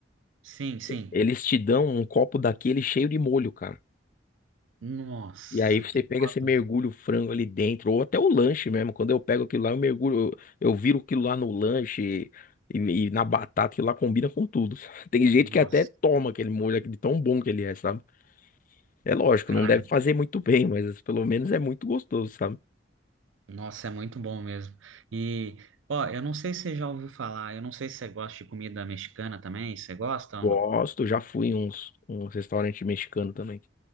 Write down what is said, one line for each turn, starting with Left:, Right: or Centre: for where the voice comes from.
Right: Sim, sim.
Left: Eles te dão um copo daquele cheio de molho, cara.
Right: Nossa,
Left: E aí você
Right: que
Left: pega, você mergulha
Right: top.
Left: o frango ali dentro, ou até o lanche mesmo. Quando eu pego aquilo lá, eu mergulho, eu, eu viro aquilo lá no lanche e, e na batata, que lá combina com tudo. <laughs> Tem gente
Right: Nossa,
Left: que até toma aquele molho aqui de tão bom que ele é, sabe? É lógico,
Right: cara,
Left: não deve fazer muito bem, mas pelo menos é muito gostoso, sabe?
Right: nossa, é muito bom mesmo. E, ó, eu não sei se você já ouviu falar, eu não sei se você gosta de comida mexicana também, você gosta
Left: Gosto,
Right: ou não?
Left: já fui em uns, um restaurante mexicano também.